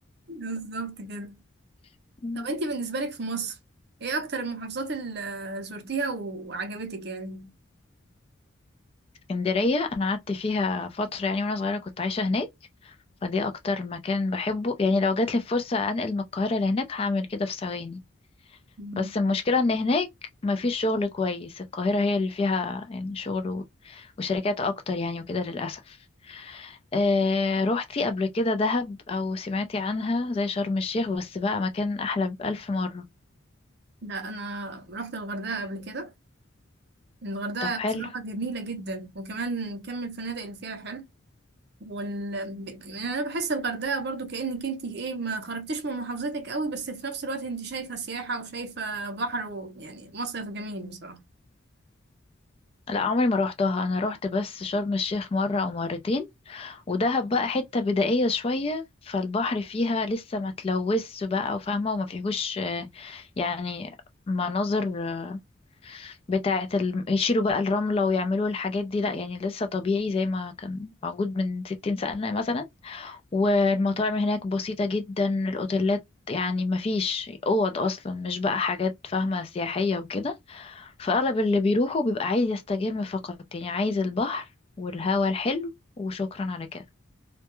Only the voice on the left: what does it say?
<laughs>
اسكندرية أنا قعدت فيها فترة يعني وأنا صغيرة كنت عايشة هناك فدي أكتر مكان بحبه يعني لو جاتلي فرصة أنقل من القاهرة لهناك هعمل كده في ثواني
بس المشكلة إن هناك مفيش شغل كويس القاهرة هي اللي فيها يعني شغل و- وشركات أكتر يعني وكده للأسف آه روحتي قبل كده دهب أو سمعتي عنها زي شرم الشيخ بس بقى مكان أحلى بألف مرة
طب
حلو
لا عمري ما روحتها أنا روحت بس شرم الشيخ مرة أو مرتين ودهب بقى حتة بدائية شوية فالبحر فيها لسه ما تلوثش بقى وفاهمة وما فيهوش آه، يعني مناظر آه، بتاعة ال... يشيلوا بقى الرملة ويعملوا الحاجات دي لأ يعني لسه طبيعي زي ما كان موجود من ستين سنة مثلا والمطاعم هناك بسيطة جدا الأوتيلات يعني ما فيش أوض أصلا مش بقى حاجات فاهمة سياحية وكده فأغلب اللي بيروحوا بيبقى عايز يستجم فقط يعني عايز البحر والهواء الحلو وشكرا على كده